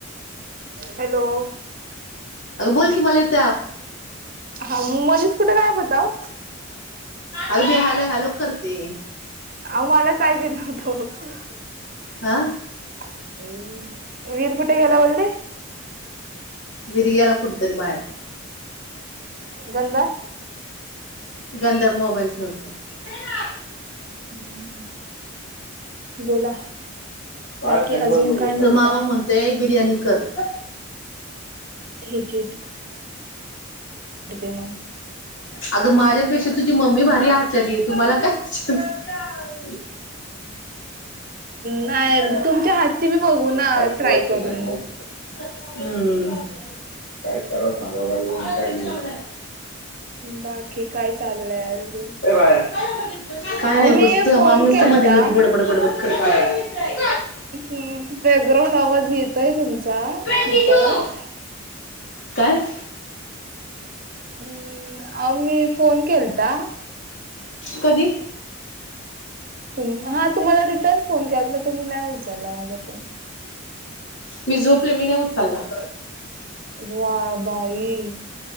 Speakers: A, on the right; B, on the left.
A: हॅलो.
B: अगं बोल की मला येत
A: हा मग मध्येच कुठे <unintelligible> काय होत.
B: अगदी हलो, हलो करते
A: अ ओ मलाच ऐकत नव्हतो वा
B: हा.
A: हम्म वीर कुठे गेला वल्दे
B: विर गेला कुठतरी बाहेर
A: गंधा
B: गंधर मोबाईल ठे होतो <unintelligible>
A: हम्म बोला.
B: काय
A: बाकी
B: छान पण
A: अजून
B: बघ
A: काय म्हणताय
B: मामा म्हणतेय, बिर्याणी कर
A: ठीक हे. मग
B: अग माझ्या <unintelligible> तशी तुझी मम्मी भारी आचारी, आहे तुम्हाला कायच्छ <unintelligible>
A: नाही
B: रे.
A: तुमच्या हातची मी बघू ना,
B: खाऊशी
A: ट्राय
B: वाटली
A: करून
B: नाही माहिती
A: हम्म.
B: का? हम्म काय कर सग वा काही <unintelligible>
A: बाकी काय चालूय अजून
B: ए बाळ्या काय
A: अहो
B: नाही
A: मी
B: बसत तुझ्मामा
A: फोन
B: <unintelligible> नुसतं
A: केलता
B: मध्ये मध्ये बडबड बोडबड करत.
A: हू बॅकग्राउंड आवाज येतयं तुमचा,
B: ट्वेंटी
A: खूपच
B: टू काय?
A: हम्म, आओ मी फोन केलता.
B: कधी?
A: तुम्ही, हा तुम्हाला रिटर्न फोन केलता, तुम्ही नाही उचलला माझा फोन.
B: मी झोपले, मी नाही उचलला.
A: वा, बाई